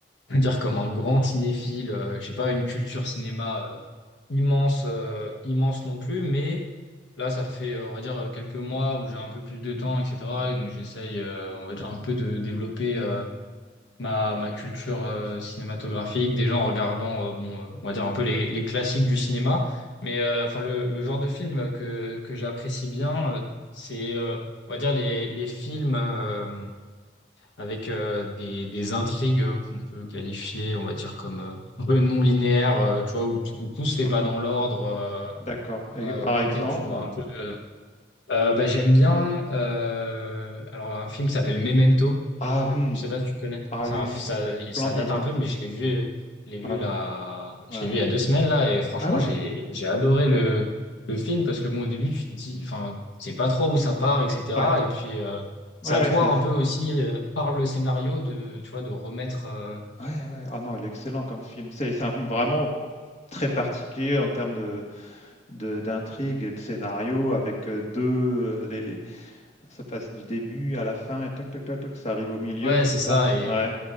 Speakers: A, on the left; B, on the left.
A: je veux dire comme un grand cinéphile. Euh, j'ai pas une culture cinéma euh, immense, euh, immense non plus. Mais là, ça fait, euh, on va dire, quelques mois où j'ai un peu plus de temps, etc. Et donc, j'essaye, euh, on va dire, un peu de développer. euh, ma, ma culture euh, cinématographique, déjà en regardant, euh, bon, euh, on va dire un peu les, les classiques du cinéma, mais euh, enfin le, le genre de film que, que j'apprécie bien, euh, c'est, euh, on va dire, les, les films euh, avec euh, des, des intrigues qu'on peut qualifier, on va dire, comme euh, un peu non linéaires, euh, tu vois, où, t- où tout se fait
B: Mhm.
A: pas dans l'ordre. euh,
B: D'accord. Et
A: euh,
B: par
A: où
B: exemple,
A: t'as- tu dois
B: un-
A: un peu. Euh, bah, j'aime bien euh, alors un film qui s'appelle Memento,
B: ah oui,
A: je sais pas si tu connais.
B: ah
A: ça
B: oui,
A: ça,
B: oui, oui. splendide
A: ça date
B: comme
A: un peu,
B: film.
A: mais je l'ai vu, je l'ai vu
B: Ah
A: là,
B: ouais, ouais,
A: je l'ai
B: ouais.
A: vu il y a deux semaines là, et franchement,
B: Ah oui?
A: j'ai, j'ai adoré le, le film parce que bon, au début, tu te dis, enfin, c'est pas trop où ça part, etc.
B: Ouais,
A: Et puis, euh, c'est
B: ouais,
A: à
B: ouais,
A: toi
B: c'est.
A: un peu aussi, euh, par le scénario, de, tu vois, de remettre, euh,
B: Ouais, ouais. Ah non, il est excellent comme film. C'est c'est un film vraiment très particulier en termes de, de, d'intrigue et de scénario avec euh, deux, euh, les, ça passe du début à la fin et toc toc toc toc, ça arrive au milieu,
A: ouais,
B: c'est
A: c'est
B: ça?
A: ça, et,
B: Ouais.